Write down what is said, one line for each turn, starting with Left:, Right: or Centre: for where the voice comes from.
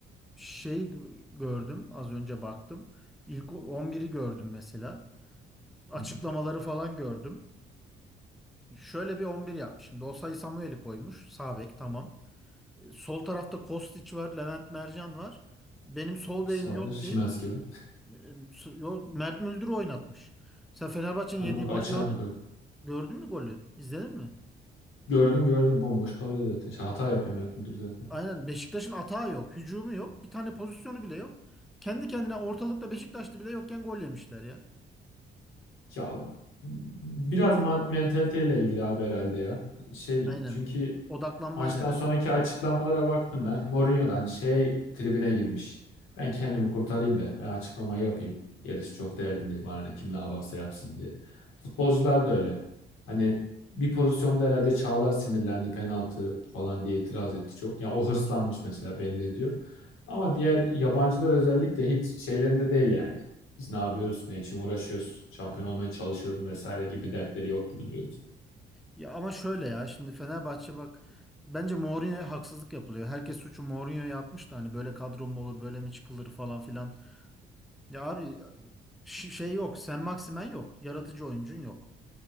Centre: şey gördüm az önce baktım. İlk on biri gördüm mesela. açıklamaları
Left: Hı,
Centre: falan gördüm. Şöyle bir 11 yapmış. Şimdi Osayi Samuel'i koymuş. Sağ bek tamam. E, Sol tarafta Kostić var, Levent Mercan var. Benim sol
Left: Sağda
Centre: bekim yok
Left: Şimanski
Centre: deyip
Left: var.
Centre: e, s- yo- Mert Müldür'ü oynatmış. Sen Fenerbahçe'nin
Left: Ha
Centre: yediği
Left: doğru
Centre: golü
Left: açığını
Centre: gördün
Left: koydu.
Centre: mü? Gördün mü golü? İzledin mi?
Left: Gördüm gördüm bomboş kalıyor zaten. Şey, hata yapıyor Mert Müldür zaten.
Centre: Aynen Beşiktaş'ın atağı yok, hücumu yok, bir tane pozisyonu bile yok. Kendi kendine ortalıkta Beşiktaşlı bile yokken gol yemişler ya.
Left: Ya biraz man- mentaliteyle ilgili abi herhalde ya. Şey
Centre: Aynen.
Left: çünkü
Centre: Odaklanmayla
Left: Maçtan
Centre: alakalı.
Left: sonraki açıklamalara baktım ben. Mourinho'dan şey tribine girmiş. Ben kendimi kurtarayım da ben açıklamayı yapayım. Gerisi çok derdim değil bana ne kim ne yaparsa yapsın diye. Futbolcular da öyle. Hani bir pozisyonda herhalde Çağlar sinirlendi penaltı falan diye itiraz etti çok. Yani o hırslanmış mesela belli ediyor. Ama diğer yabancılar özellikle hiç şeylerinde değil yani. Biz ne yapıyoruz, ne için uğraşıyoruz, şampiyon olmaya çalışıyoruz vesaire gibi dertleri yok gibi duruyordu.
Centre: Ya ama şöyle ya şimdi Fenerbahçe bak bence Mourinho'ya haksızlık yapılıyor. Herkes suçu Mourinho'ya yapmış da hani böyle kadro mu olur böyle mi çıkılır falan filan. Ya abi ş- şey yok Sen Maximen yok. Yaratıcı oyuncun yok.